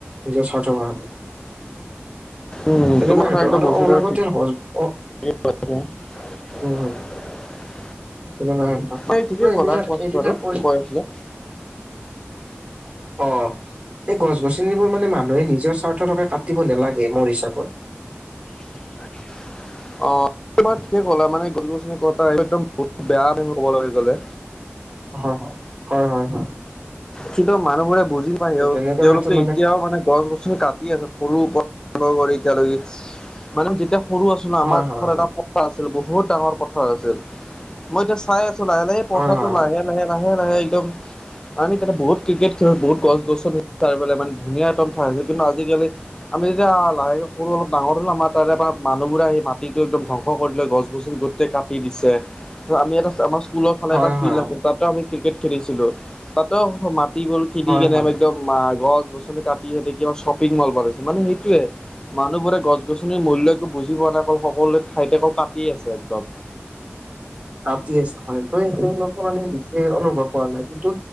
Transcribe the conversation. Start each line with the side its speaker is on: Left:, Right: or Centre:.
Right: নিজৰ স্বাৰ্থৰ কাৰণে।
Left: উম,
Right: তেনেকুৱা
Left: তোমাৰ কথা
Right: ক্ষেত্ৰত
Left: একদম উচিত
Right: অলাগতিয়াল
Left: আৰু ঠিক।
Right: গছ অ
Left: <unintelligible>
Right: উম, হম, তেনেকুৱা ক্ষেত্ৰ,
Left: এই ঠিকে
Right: মই
Left: ক'লা
Right: এইবিলাক
Left: কোৱাচোন
Right: এইবিলাক
Left: বাৰু
Right: পঢ়ি
Left: কৈ আছিলা
Right: অ', এই গছ গছনিবোৰ মানে মানুহে নিজৰ স্বাৰ্থ <unintelligible> কাট টিব নেলাগে মোৰ হিচাপত।
Left: অ'। <unintelligible> ঠিকে ক'লা মানে গছ গছনি কটা একদম বহুত বেয়া <unintelligible> কবলৈ গ'লে।
Right: হয়, হয়, হয়, হয়, হয়।
Left: কিন্তু মানুহবোৰে বুজি <unintelligible>
Right: ত' তেনেকুৱা
Left: তেওঁলোকে
Right: ক্ষেত্ৰত
Left: এতিয়াও মানে গছ গছনি কাট টি আছে সৰু প, <unintelligible> মানে যেতিয়া সৰু আছোনা আমাৰ
Right: হয়, হয়,
Left: ধৰ এটা প পা আছিল বহুত ডাঙৰ পথাৰ আছিল, মই এতিয়া চাই আছো লাহে লাহে এই
Right: হয়,
Left: পথাৰটো
Right: হয়, হয়,
Left: লাহে লাহে লাহে লাহে লাহে একদম আমি তাতে বহুত ক্ৰিকেট খেলো, বহুত গছ গছনি চাৰিও পালে মান ধুনীয়া এতম ঠাই আছিল, কিন্তু আজিকালি আমি যেতিয়া লাহেকে সৰু অলপ ডাঙৰ হ'লো আমাৰ তাৰে পা মানুহবোৰে আহি মাটিটো একদম ধংস কৰি দিলে, গছ গছনি গোট তে কাটি দিছে, ত আমি এটা আমাৰ স্কুলৰ ফালে
Right: হয়,
Left: এটা ফিল্ড
Right: হয়, হয়,
Left: আছিল তাতেও আমি ক্ৰিকেট খেলিছিলোঁ। তহ মাটিবোৰ কিনি
Right: হয়,
Left: কেনে
Right: হয়, হয়, হয়
Left: <inaudible> একদম মা গছ গছনি কাটি তাতে কিবা শ্বপিং মল বনাইছে মানে সেইটোয়ে মানুহ বোৰে গ গছনিৰ মূল্য একো বুজি পোৱা নাই অকল সকলোৱে ঠাইতে অকল কাটিয়েই আছে একদম।
Right: কাতি আছে হয় ত তেওঁলোকে মানে নিচেই অনুভৱ কৰা নাই কিন্তু